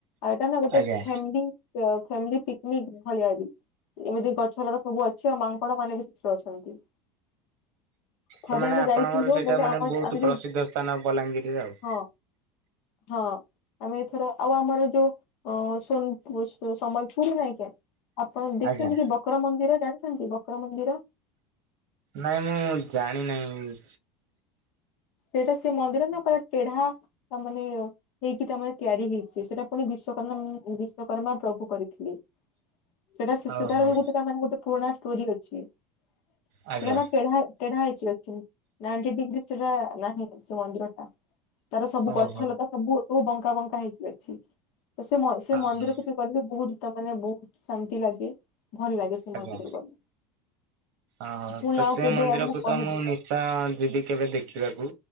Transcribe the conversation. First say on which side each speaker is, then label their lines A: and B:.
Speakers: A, on the left; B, on the right.
A: ଆଉ ଏଇଟା ନା ଗୋଟେ
B: ଆଜ୍ଞା।
A: ଫ୍ୟାମିଲୀ ଅ ଫ୍ୟାମିଲି ପିକନିକ ଭଳିଆ ବି। ଏମିତି ଗଛ ଲତା ସବୁ ଅଛି ଆଉ ମାଙ୍କଡ ମାନେ ବି ସେଠାରେ ଅଛନ୍ତି। ଥରେ
B: ତ ମାନେ
A: ଆମେ
B: ଆପଣଙ୍କର
A: ଯାଇଥିଲୁ
B: ସେଇଟା
A: ବୋଲେ
B: ମାନେ
A: ଆମ
B: ବହୁତ
A: ଆମେ
B: ପ୍ରସିଦ୍ଧ
A: ଯୋଉ
B: ସ୍ଥାନ ବଲାଙ୍ଗିରରେ ଆଉ। <inaudible>
A: ହଁ ହଁ ଆମେ ଏଥର ଆଉ ଆମର ଯୋଉ ଅଁ ସୋନପୁର ସ ସମ୍ବଲପୁର ଯାଇଛ। ଆପଣ ଦେଖିଛନ୍ତି
B: ଆଜ୍ଞା
A: କି ବକର ମନ୍ଦିର ଜାଣିଛନ୍ତି ବକର ମନ୍ଦିର?
B: ନାଇ ମୁଁ ଜାଣି ନାଇ।
A: ସେଇଟା ସେ ମନ୍ଦିର ନା ପୁରା ଟେଢା ତା ମାନେ ହେଇକି ତା ମାନେ ତିଆରି ହେଇଛି ସେଟା ପୁଣି ବିଶ୍ୱକର୍ମା ମ ବିଶ୍ଵକର୍ମା ପ୍ରଭୁ କରିଥିଲି ସେଇଟା ଶିଷ୍ୟତାର
B: ଓହୋ।
A: ବି ଗୋଟେ ତା ମାନେ ଗୋଟେ ପୁରୁଣା ଷ୍ଟୋରି ଅଛି ସେଟା
B: ଆଜ୍ଞା
A: ତେଢ଼ା ତେଢ଼ା ହେଇ ସେଠି ଅଛି ନାଇଣ୍ଟି ଡିଗ୍ରୀ ସେଟା ନାହିଁ ସେ ମନ୍ଦିର ଟା। ତାର ସବୁ
B: ଓହୋ
A: ଗଛ ଲତା ସବୁ ସବୁ ବଙ୍କା ବଙ୍କା ହେଇକି ଅଛି। ତ ସେ ମ ସେ
B: ହ
A: ମନ୍ଦିରକୁ
B: ହଁ
A: ବି ଗଲେ ବହୁତୁ ତା ମାନେ ବହୁତୁ ଶାନ୍ତି ଲାଗେ। ଭଲ ଲାଗେ ସେ
B: ଆଜ୍ଞା।
A: ମନ୍ଦିରକୁ ଗଲେ।
B: ଓହୋ
A: ପୁଣି
B: ତ
A: ଆଉ
B: ସେ
A: କେବେ
B: ମନ୍ଦିରକୁ
A: ଆଉ କହିବି
B: ତ ମୁଁ ନିଶ୍ଚୟ ଯିବି କେବେ ଦେଖିବାକୁ।